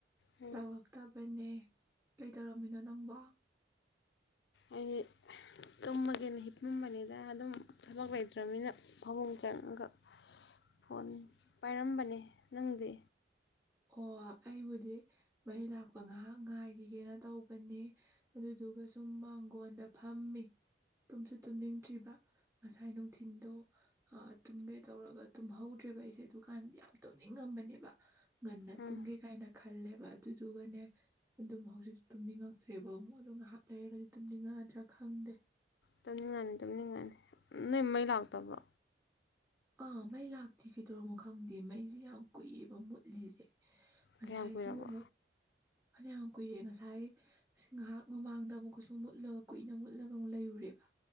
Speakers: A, on the left; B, on the right.
A: ꯎꯝ
B: ꯇꯧꯔꯛꯇꯕꯅꯦ ꯀꯩꯗꯧꯔꯝꯃꯤꯅꯣ ꯅꯪꯕꯣ
A: ꯑꯩꯗꯤ ꯇꯨꯝꯃꯒꯦꯅ ꯍꯤꯞꯎꯥꯝꯕꯅꯤꯅ ꯑꯗꯨꯝ ꯊꯕꯛ ꯂꯩꯇ꯭ꯔꯕꯅꯤꯅ ꯐꯃꯨꯡ ꯆꯪꯉꯒ ꯐꯣꯟ ꯄꯥꯏꯔꯝꯕꯅꯦ ꯅꯪꯗꯤ
B: ꯑꯣ ꯑꯩꯕꯨꯗꯤ ꯃꯩ ꯂꯥꯛꯄ ꯉꯥꯏꯍꯥꯛ ꯉꯥꯏꯈꯤꯒꯦꯅ ꯇꯧꯕꯅꯦ ꯑꯗꯨꯗꯨꯒ ꯁꯨꯝ ꯃꯥꯡꯒꯣꯟꯗ ꯐꯝꯃꯤ ꯇꯨꯝꯁꯨ ꯇꯨꯝꯅꯤꯡꯗ꯭ꯔꯤꯕ ꯉꯁꯥꯏ ꯅꯨꯡꯊꯤꯟꯗꯣ ꯑ ꯇꯨꯝꯒꯦ ꯇꯧꯔꯒ ꯇꯨꯝꯍꯧꯗ꯭ꯔꯦꯕ ꯑꯩꯁꯦ ꯑꯗꯨꯀꯥꯟꯗꯗꯤ ꯌꯥꯝ ꯇꯧꯅꯤꯡꯉꯝꯕꯅꯦꯕ ꯉꯟꯅ
A: ꯎꯝ
B: ꯇꯨꯝꯒꯦ ꯀꯥꯏꯅ ꯈꯜꯂꯦꯕ ꯑꯗꯨꯗꯨꯒꯅꯦ ꯑꯗꯨꯝ ꯍꯧꯖꯤꯛ ꯇꯨꯝꯅꯤꯡꯉꯛꯇ꯭ꯔꯦꯕ ꯑꯃꯨꯛ ꯑꯗꯣ ꯉꯥꯏꯍꯥꯛ ꯂꯩꯔꯒꯗꯤ ꯇꯨꯝꯅꯤꯡꯉꯗ꯭ꯔꯥ ꯈꯪꯗꯦ
A: ꯇꯝꯅꯤꯡꯉꯥꯅꯤ ꯇꯝꯅꯤꯡꯉꯥꯅꯤ ꯅꯣꯏ ꯃꯩ ꯂꯥꯛꯇꯕ꯭ꯔꯣ
B: ꯑꯥ ꯃꯩ ꯂꯥꯛꯇꯦ ꯀꯩꯗꯧꯔꯝꯃꯣ ꯈꯪꯗꯦ ꯃꯩꯁꯦ ꯌꯥꯝ ꯀꯨꯏꯕ ꯃꯨꯠꯂꯤꯁꯦ ꯉꯁꯥꯏꯁꯨ
A: ꯀꯌꯥꯝ ꯀꯨꯏꯔꯕꯣ
B: ꯑꯃꯨꯛ ꯐꯅꯌꯥꯝ ꯀꯨꯏꯔꯦ ꯉꯁꯥꯏ ꯉꯥꯏꯍꯥꯛ ꯃꯃꯥꯡꯗ ꯑꯃꯨꯛ ꯀꯩꯁꯨꯨꯝ ꯃꯨꯠꯂꯒ ꯀꯨꯏꯅ ꯃꯨꯠꯂꯒ ꯑꯃꯨꯛ ꯂꯩꯔꯨꯔꯦꯕ